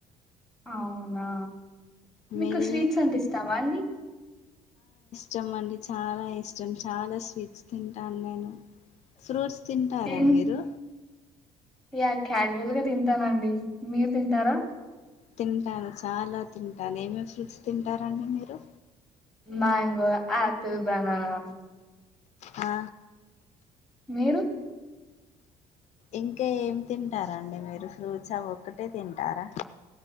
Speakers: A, in the centre; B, on the left (about 55°).
A: అవునా మీకు
B: మీరు
A: స్వీట్సంటే ఇస్తావా అండి
B: చం అండి చాలా ఇష్టం చాలా స్వీట్స్ తింటాన్ నేను ఫ్రూట్స్ తింటారా
A: ఏం
B: మీరు
A: యా క్యాజువల్ గా దింటానండి మీర్ దింటారా
B: తింటాను చాలా తింటాను ఏమేమ్ ఫ్రూట్స్ తింటారండి మీరు
A: మ్యాంగో ఆపిల్ బనానా
B: ఆ
A: మీరు
B: ఇంకా ఏం తింటారండి మీరు ఫ్రూట్సు ఆ ఒక్కటే తింటారా